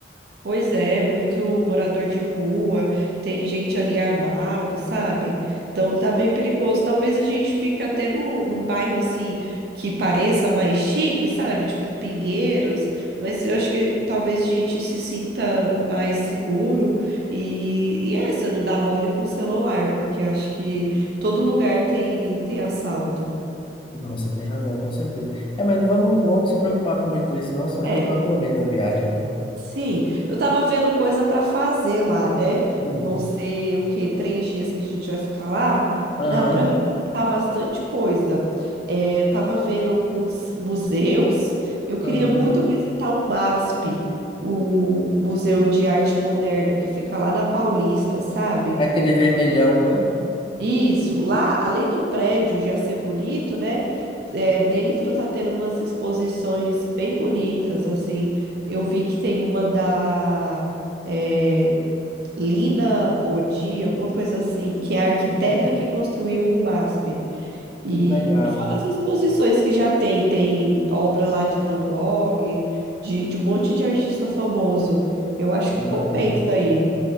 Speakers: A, on the right; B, on the left.
A: Pois é, muito morador de rua, tem gente ali armado, sabe? Então tá bem perigoso. Talvez a gente fique até no, num bairro assim que pareça mais chique, sabe? Tipo Pinheiros, mas eu acho que talvez a gente se sinta mais seguro e, e essa, não dá mole com o celular, porque eu acho que todo lugar tem, tem assalto.
B: Não, você tem razão, com certeza. É, mas não vamos, vamos se preocupar com muito isso, não, senão
A: É.
B: a gente não aproveita a viagem, né?
A: Sim, eu tava vendo coisa para fazer lá, né?
B: Hum.
A: Vão ser o quê? Três dias que a gente vai ficar lá.
B: Aham,
A: Dá para visitar bastante coisa. É, eu tava vendo alguns museus. Eu queria
B: aham.
A: muito visitar o MASP, o Museu de Arte Moderna, que fica lá na Paulista, sabe?
B: É Aquele vermelhão, né?
A: Isso, lá, além do prédio já ser bonito, né? é, dentro tá tendo umas exposições bem bonitas, assim. Eu vi que tem uma da é, Lina Bodi, alguma coisa assim, que é a arquiteta
B: Uhum.
A: que construiu o MASP. E
B: Que legal.
A: fora as exposições que já tem, tem obra lá de Van Gogh, de, de um monte de artista famoso. Eu acho que
B: Uhum.
A: compensa aí.